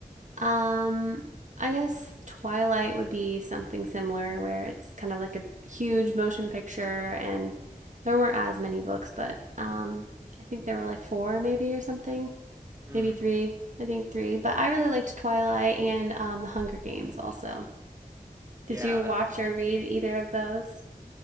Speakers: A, on the right; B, on the right.
A: um I guess Twilight would be something similar where it's kind of like a huge motion picture and there weren't as many books, but um I think there were like 4 maybe or something,
B: Hmm.
A: maybe 3. I think 3, but I really liked Twilight and um The Hunger Games also.
B: Yeah,
A: Did you
B: that
A: watch
B: would have.
A: or read either of those?